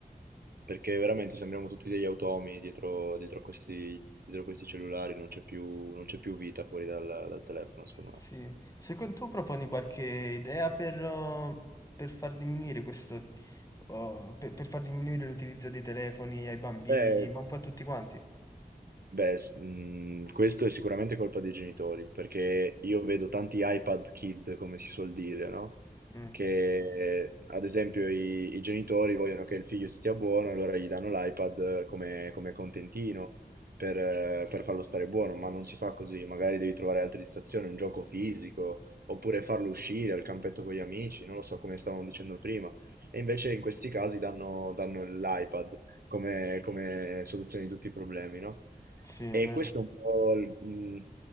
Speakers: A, on the right (about 70°); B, on the left (about 20°).
A: perché veramente sembriamo tutti degli automi dietro, dietro questi, dietro questi cellulari, non c'è più, non c'è più vita fuori dal, dal telefono, secondo
B: sì.
A: me.
B: Secondo tu proponi qualche idea per, eh, per far diminuire questo, eh, per, per far diminuire l'utilizzo dei telefoni ai bambini,
A: Beh,
B: ma un po' a tutti quanti?
A: beh, s- mm, questo è sicuramente colpa dei genitori, perché io vedo tanti iPad kid, come si suol dire, no?
B: Mm,
A: che ad esempio i, i genitori vogliono che il figlio stia buono, allora gli danno l'iPad eh, come, come contentino per, eh, per farlo stare buono, ma non si fa così, magari devi trovare altre distrazioni, un gioco fisico, oppure farlo uscire al campetto con gli amici, non lo so come stavamo dicendo prima. E invece in questi casi danno, danno l'iPad come, come soluzione di tutti i problemi, no?
B: Sì, è
A: E
B: vero.
A: questo è un po' il- mh,